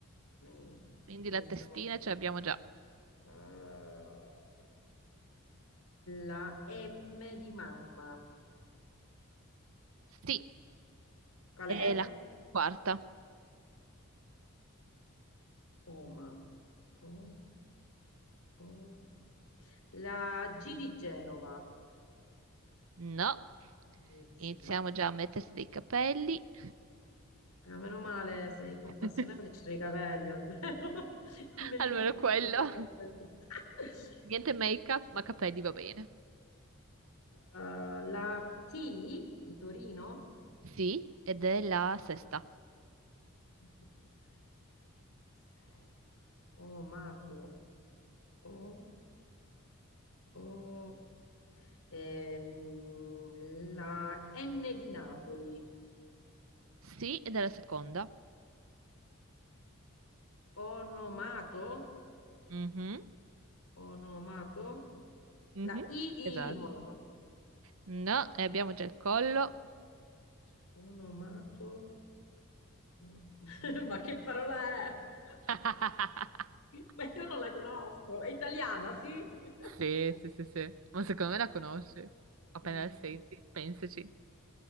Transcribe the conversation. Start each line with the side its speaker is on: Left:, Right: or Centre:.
Left: Mi.
Right: Quindi
Left: Iniziamo.
Right: la testina ce l'abbiamo già.
Left: Ah, la M di mamma.
Right: Sì,
Left: Qual
Right: e
Left: è?
Right: la quarta.
Left: Oma. O, o. La G di Genova.
Right: No,
Left: Mizzica.
Right: iniziamo già a mettersi dei capelli.
Left: Ah, meno male, sei compassionevole,
Right: <laughs>
Left: ci sono i capelli almeno. <laughs> Non me li
Right: Almeno
Left: ricordavo
Right: quello.
Left: quei capelli. <laughs>
Right: Niente make-up, ma capelli va bene.
Left: Eh, la T di Torino.
Right: Sì, ed è la sesta.
Left: 1, 2, 3, 4, 5, 6. Omato. O, o. Ehm, la N di Napoli,
Right: Sì, ed è la seconda.
Left: onomato,
Right: Mhm,
Left: onomato,
Right: mhm,
Left: la I di
Right: Esatto.
Left: Imola,
Right: No, e abbiamo già il collo.
Left: Cioè, onomato, <laughs> ma che parola è? <laughs>
Right: <laughs>
Left: Ma io non la conosco, è italiana, sì? <laughs>
Right: Sì, sì, sì, sì. Ma secondo me la conosci. Appena
Left: No.
Right: la senti, pensaci.